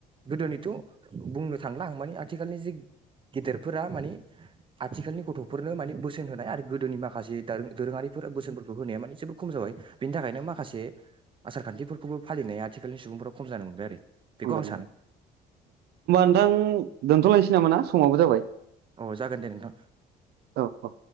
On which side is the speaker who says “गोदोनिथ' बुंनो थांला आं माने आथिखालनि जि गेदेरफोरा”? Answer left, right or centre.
Right